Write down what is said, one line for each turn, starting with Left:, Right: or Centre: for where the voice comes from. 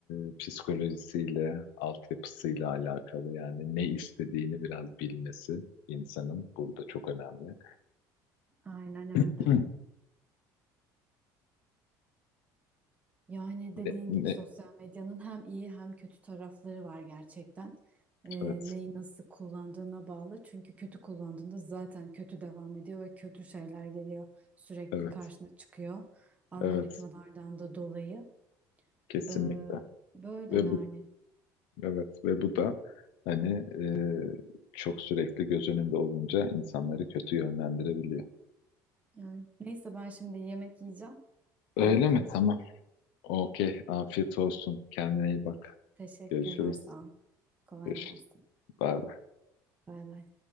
Left: e, psikolojisiyle, altyapısıyla alakalı yani ne istediğini biraz bilmesi insanın burada çok önemli.
Right: Aynen öyle.
Left: <clears throat>
Right: Yani
Left: Ne,
Right: dediğin
Left: ne?
Right: gibi sosyal medyanın hem iyi hem kötü tarafları var gerçekten. Ee,
Left: Evet,
Right: neyi nasıl kullandığına bağlı. Çünkü kötü kullandığında zaten kötü devam ediyor ve kötü şeyler geliyor. Sürekli
Left: evet,
Right: karşına çıkıyor. Algoritmalardan
Left: evet,
Right: da dolayı.
Left: kesinlikle.
Right: Ee, böyle
Left: Ve
Right: yani.
Left: bu, evet, ve bu da hani e, çok sürekli göz önünde olunca insanları kötü yönlendirebiliyor.
Right: Yani neyse ben şimdi yemek yiyeceğim.
Left: Öyle
Right: Yine konuşuruz.
Left: mi? Tamam. Okey. Afiyet olsun. Kendine iyi bak.
Right: Teşekkürler
Left: Görüşürüz.
Right: sağ ol. Kolay
Left: Görüşürüz.
Right: gelsin.
Left: Bay bay.
Right: Bay bay.